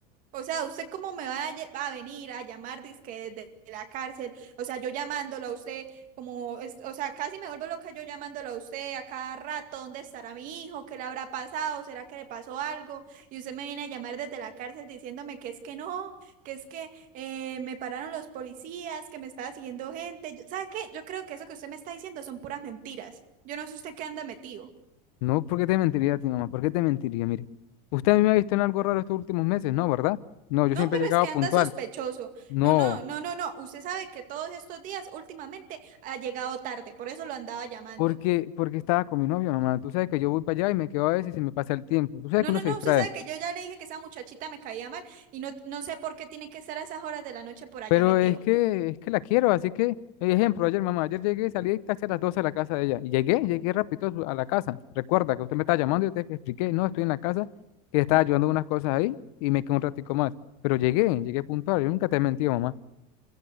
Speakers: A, on the right; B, on the left.
A: O sea, ¿usted cómo me va a, lle- a venir a llamar dizque desde la cárcel? O sea, yo llamándolo a usted, como, es- o sea, casi me vuelvo loca yo llamándolo a usted a cada rato, ¿dónde estará mi hijo? ¿Qué le habrá pasado? ¿Será que le pasó algo? Y usted me viene a llamar desde la cárcel diciéndome que es que no, que es que eh, me pararon los policías, que me estaba siguiendo gente. Yo- ¿Sabe qué? Yo creo que eso que usted me está diciendo son puras mentiras. Yo no sé usted qué anda metido.
B: No, ¿por qué te mentiría a ti, mamá? ¿Por qué te mentiría? Mire, usted a mí me ha visto en algo raro estos últimos meses, ¿no? ¿Verdad? No, yo
A: No,
B: siempre
A: pero
B: he llegado
A: es que
B: puntual.
A: anda sospechoso.
B: No,
A: No, no, no, no, no. Usted sabe que todos estos días últimamente ha llegado tarde, por eso lo andaba llamando.
B: porque, porque estaba con mi novio, mamá. Tú sabes que yo voy para allá y me quedo a veces y se me pasa el tiempo. Tú sabes
A: No,
B: que uno
A: no,
B: se
A: no,
B: distrae.
A: usted sabe que yo ya le dije que esa muchachita me caía mal y no, no sé por qué tiene que estar a esas horas de la noche por allá
B: Pero
A: metido.
B: es que, es que la quiero, así que, ejemplo, ayer, mamá, ayer llegué, salí casi a las 12 de la casa de ella. Y llegué, llegué rápido a su- a la casa. Recuerda que usted me estaba llamando y yo te expliqué, no, estoy en la casa, que estaba ayudando unas cosas ahí y me quedé un ratico más. Pero llegué, llegué puntual, yo nunca te he mentido, mamá.